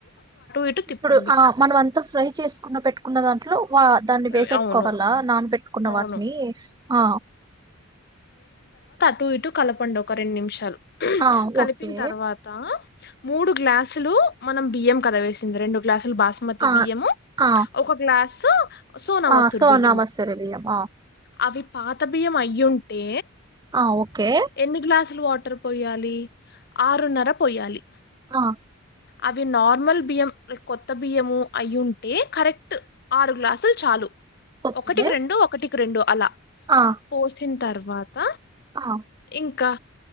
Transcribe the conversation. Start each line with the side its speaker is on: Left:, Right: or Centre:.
Left: ఇటు
Right: ఇప్పుడు
Left: తిప్పండి.
Right: ఆ మనం అంతా ఫ్రై చేసుకున్న పెట్టుకున్న దా లో వా దాన్ని వేసేసుకోవాలా
Left: ఆహ్, అవును.
Right: నానబెట్టుకున్న
Left: అవును.
Right: వాటిని ఆ
Left: టూ ఇటు కలపండి ఒక రెండు నిమిషాలు
Right: ఆ
Left: కలిపిన
Right: ఓకే
Left: తర్వాత మూడు గ్లాసులు మనం బి్య కదవేసింది రెండు గ్లాస్ అసలు బాస్మతి
Right: ఆ
Left: బియ్యము
Right: ఆ
Left: ఒక గ్లాస్ సోనవసురు
Right: ఆ సోనా
Left: బియ్యము
Right: మసూరి బియ్యం ఆ
Left: అవి పాత బియ్యం అయ్య ఉంటే
Right: ఆ ఓకే
Left: ఎన్ని గ్లాసులు వాటర్ పోయాలి ఆరున్నర పోయాలి
Right: ఆ
Left: అవి నార్మల్ బియ్యం ైక్ కొత్త బియ్యము అయి ఉంటే కరెక్ట్ ఆరు గ్లాసులు చాలు
Right: ఓకే
Left: ఒకటికి రెండు ఒకటికి రెండు అలా
Right: ఆ
Left: పోసిన తర్వాత
Right: ఆ
Left: ఇంకా